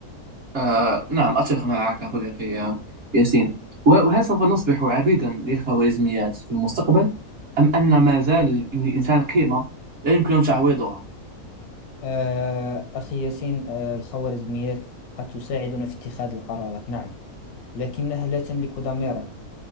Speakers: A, on the right; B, on the left.
A: آه نعم أتفق معك صديقي يا- ياسين و- وهل سوف نصبح عبيدا للخوارزميات في المستقبل أم أن ما زال للإنسان قيمة لا يمكن تعويضها
B: آه، أخي ياسين آه، الخوارزميات قد تساعدنا في اتخاذ القرارات نعم لكنها لا تملك ضميرا